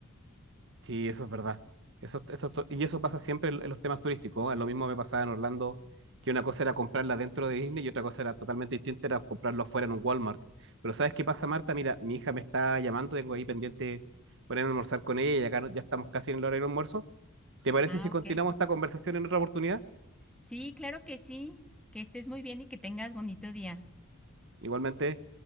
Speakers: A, on the right; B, in the centre.
A: Sí, eso es verdad. Eso, eso, to- y eso pasa siempre en en los temas turísticos. ¿eh? Lo mismo me pasaba en Orlando, que una cosa era comprarla dentro de Disney y otra cosa era totalmente distinta, era comprarlo afuera en un Walmart. Pero ¿sabes qué pasa, Marta? Mira, mi hija me está llamando, tengo ahí pendiente ponerme a almorzar con ella y acá no- ya estamos casi en el hora del almuerzo. ¿Te parece
B: Ah,
A: si continuamos
B: ok.
A: esta conversación en otra oportunidad?
B: Sí, claro que sí. Que estés muy bien y que tengas bonito día.
A: Igualmente.